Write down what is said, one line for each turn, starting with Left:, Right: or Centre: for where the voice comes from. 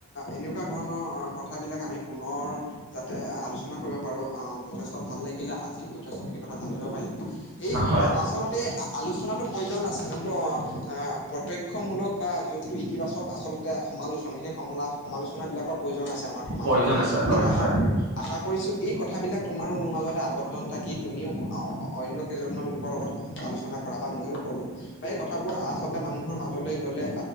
Left: এনেকুৱা ধৰণৰ কথাবিলাক আমি পুনৰ। যাতে আলোচনা। পাৰো আহ যথেষ্ট ভাল লাগিলে আজি যথেষ্টখিনি কথা জানিব পাৰিম এই
Right: হয়
Left: আচলতে। আলোচনাাতটো প্ৰয়োজন আছে। যোনটো প্ৰত্যক্ষমূলক বা যোনটো ইতিবাচক আচলতে সমালোচনা সেই সমালোচনা। সমালোচনা বিলাকৰ প্ৰয়োজন আছে আমাৰ সমাজত,
Right: প্ৰয়োজন আছে
Left: গতিকে
Right: হয়
Left: আ।
Right: হয়
Left: আশা কৰিছো এই কথাবিলাক তোমাৰো মোৰ মাজতে আৱটন থাকি তুমিও অন্য কেইজনমান লোকৰ লগত। আলোচনা কৰা বা মইো কৰো, বা এই কথাবোৰ আচলতে মানুহৰ মাজলৈ গ'লে।